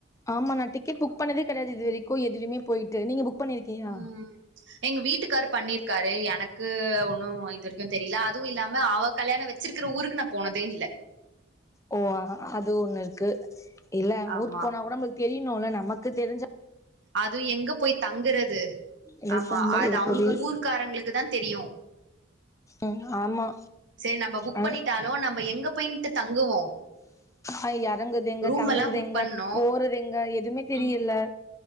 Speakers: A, on the left; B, on the right.
A: ஆமா நா டிக்கெட் புக் பண்ணதே கெடையாது இது வரைக்கு எதுலிமே போய்ட்டு நீங்க புக் பண்ணிருக்கியா
B: ம் எங்க வீட்டுக்காரு பண்ணீர்க்காரு எனக்கு ஒன்னு இது வரைக்கு தெரில அதுவு இல்லாம அவ கல்யாணோ வெச் சிருக்கற ஊருக்கு நா போனதே இல்ல
A: ஓ அ அது ஒன்னுருக்கு இல்ல
B: ஆமா
A: ஊருக்கு போனா கூட நம்ளுக் தெரியணுல்ல நமக்கு தெரிஞ்ச
B: அது எங்க போய் தங்கறது
A: இது
B: ஆமா
A: சாம்பார்
B: அது
A: இது
B: அவுங்க
A: பொரியல்
B: ஊர்க்காரங்களுக்கு தா தெரியு
A: ஆமா ஆமா
B: சேரி நம்ப புக்
A: அ
B: பண்ணிட்டாலு நம்ப எங்க போயின்ட்டு தங்குவோ
A: ஆ எறங்கற்தெங்க
B: ரூம்
A: தங்கறதெங்க
B: எல்லா புக் பண்ணோ
A: போறதெங்க எதுமே தெரியல
B: ம்